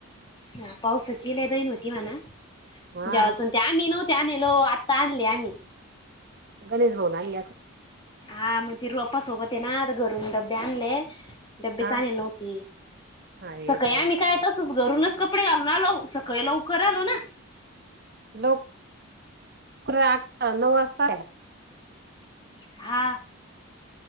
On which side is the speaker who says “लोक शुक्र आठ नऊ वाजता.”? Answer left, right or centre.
Right